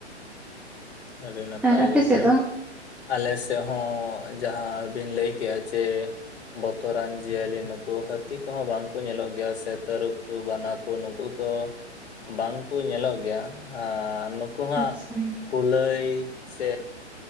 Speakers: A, on the left (about 65°); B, in the centre.
A: ᱟᱹᱰᱤ ᱱᱟᱯᱟᱭ
B: ᱟᱨ ᱟᱯᱮ
A: ᱠᱟᱛᱷᱟ᱾
B: ᱥᱮᱫ ᱫᱚ
A: ᱟᱞᱮ ᱥᱮᱫ ᱦᱚᱸ ᱡᱟᱦᱟᱸ ᱵᱤᱱ ᱞᱟᱹᱭ ᱠᱮᱜᱼᱟ ᱡᱮ, ᱵᱚᱛᱚᱨᱟᱱ ᱡᱤᱭᱟᱹᱞᱤ ᱱᱩᱠᱩ ᱦᱟᱹᱛᱤ ᱠᱚᱦᱚᱸ ᱵᱟᱝ ᱠᱚ ᱧᱮᱞᱚᱜ ᱜᱮᱭᱟ ᱥᱮ ᱛᱟᱹᱨᱩᱵ ᱠᱚ ᱵᱟᱱᱟ ᱠᱚ ᱱᱩᱠᱩ ᱛᱚ ᱵᱟᱝᱠᱚ ᱧᱮᱞᱚᱜ ᱜᱮᱭᱟ᱾ ᱱᱩᱠᱚ ᱦᱟᱸᱜ
B: ᱟᱪᱪᱷᱟ
A: ᱠᱩᱞᱟᱹᱭ ᱥᱮ